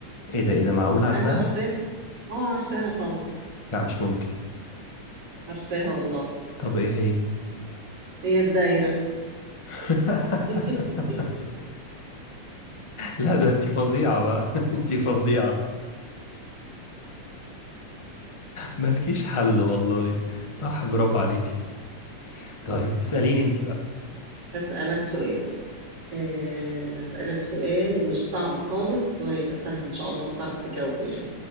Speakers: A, on the left (about 25°); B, on the right (about 50°).
A: ايه ده ايه ده معقول عارفاها؟
B: انا عارفاها اه عارفاها طبعا
A: لا مش ممكن
B: عارفاها والله
A: طب ايه هي؟
B: هي الدايرة
A: <laughs>
B: <laughs>
A: لا ده انتي فظيعة بقى <laughs> انتي فظيعة مالكيش حل والله صح برافو عليكي طيب اسأليني انتي بقى
B: هسألك سؤال أه هسألك سؤال مش صعب خالص وهيبقى سهل إن شاء الله هتعرف تجاوبه يعني